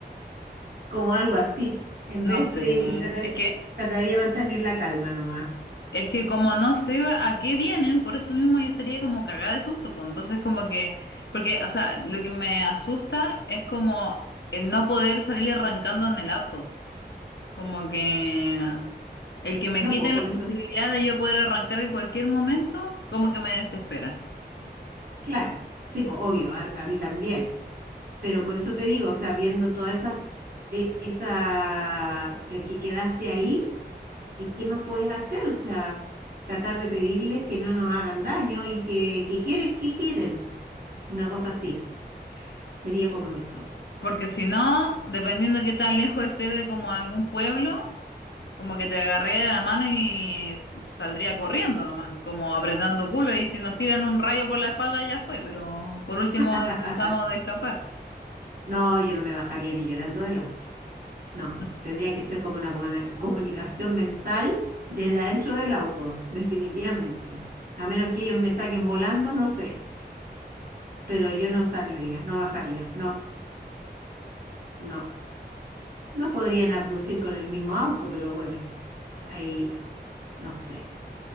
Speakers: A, on the right; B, on the left.
A: como algo así, en
B: No
A: vez
B: sé,
A: de, y tratar,
B: es que,
A: trataría de mantener la calma nomás.
B: es que como no sé a qué vienen, por eso mismo yo estaría como cagada de susto, pues entonces como que, porque, o sea, lo que me asusta es como el no poder salir arrancando en el auto, como que el que me
A: No,
B: quiten
A: pues por
B: la
A: eso,
B: posibilidad de yo poder arrancar en cualquier momento, como que me desespera.
A: claro, sí, pues obvio, a, a mí también. Pero por eso te digo, o sea, viendo toda esa, e- esa, eh, que quedaste ahí, ¿y qué más puedes hacer? O sea, tratar de pedirles que no nos hagan daño y que, que quieren, que quieren. Una cosa así. Sería como eso.
B: Porque si no, dependiendo qué tan lejos esté de como algún pueblo, como que te agarraría la mano y saldría corriendo nomás, como apretando culo. Y si nos tiran un rayo por la espalda ya fue, pero por último
A: <laughs>
B: intentamos de escapar.
A: No, yo no me bajaría ni llorando del auto. No,
B: <laughs>
A: tendría que ser como una comuna- comunicación mental desde adentro del auto, definitivamente. A menos que ellos me saquen volando, no sé. Pero yo no saldría, no bajaría. No, no. No podrían abducir con el mismo auto, pero bueno, ahí no sé.